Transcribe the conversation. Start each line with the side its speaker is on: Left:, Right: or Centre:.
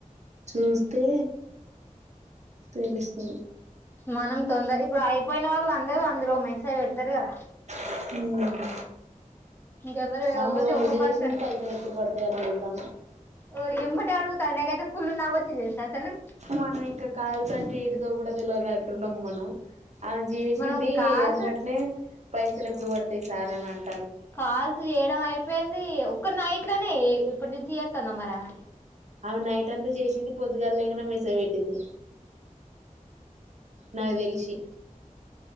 Right: చూస్తే తెలుసు
Left: మనం తొందర ఇప్పుడు అయిపోయిన వాళ్ళు అందరు అందరూ మెసేజ్ పెడతారు కదా
Right: హ
Left: ఇంకెవరు
Right: ఆమె
Left: ఓన్లీ ఒక
Right: చేసింది
Left: పర్సన్
Right: పైసలు ఎపుడు పడతాయి అంటుంది దా
Left: ఓ ఎమ్మటటి అడుగుతాక అతే ఫుల్ నావ వచ్చంది తెసా సలు
Right: మనం ఇంకా కాల్స్ అంటే ఏటిదో కూడా తెల్వదటున్నాం మనం అ చేసింది
Left: మనం కాల్స్
Right: ఎమట్నే పైసలు ఎప్పుడు పడతయి <unintelligible>
Left: కాల్స్ చేయడం అయిపోయింది ఒక్క నైట్ లోనే ఇప్పటి నుంచి టాందా మారి ఆమె
Right: ఆవి నైట్ అంతా చేసింది పొద్దుగాల లేంగానే మెసేజ్ పెట్టింది నాకు తెలిసి